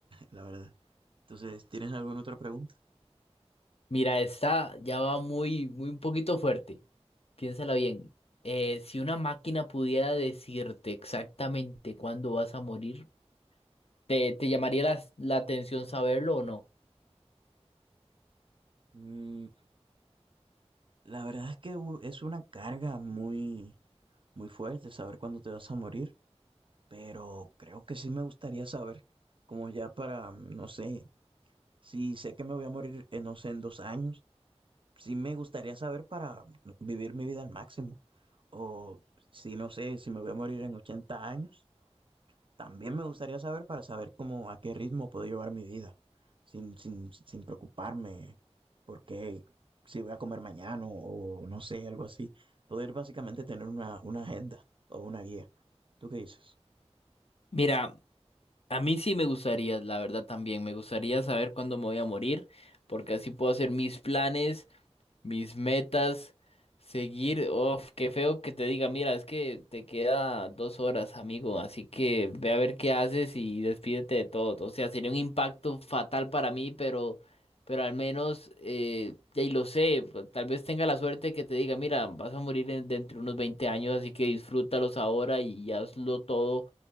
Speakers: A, on the right (about 50°); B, on the left (about 60°).
A: la verdad. Entonces, ¿tienes alguna otra pregunta?
B: Mira, esta ya va muy, muy un poquito fuerte. Piénsala bien. Eh, si una máquina pudiera decirte exactamente cuándo vas a morir, ¿te, te llamaría la la atención saberlo o no?
A: Mm, la verdad es que u- es una carga muy, muy fuerte saber cuándo te vas a morir, pero creo que sí me gustaría saber, como ya para, no sé, si sé que me voy a morir, en, no sé, en dos años. sí me gustaría saber para vivir mi vida al máximo. O si no sé, si me voy a morir en 80 años, también me gustaría saber para saber cómo, a qué ritmo puedo llevar mi vida, sin, sin, sin preocuparme por qué, si voy a comer mañana o no sé, algo así. Poder básicamente tener una, una agenda o una guía. ¿Tú qué dices?
B: Mira, A mí sí me gustaría, la verdad también, me gustaría saber cuándo me voy a morir, porque así puedo hacer mis planes, mis metas, seguir, uf, qué feo que te diga, mira, es que te queda dos horas, amigo, así que ve a ver qué haces y despídete de todo. O sea, sería un impacto fatal para mí, pero, pero al menos, eh, ya y lo sé, pues, tal vez tenga la suerte que te diga, mira, vas a morir en- dentro de unos 20 años, así que disfrútalos ahora y hazlo todo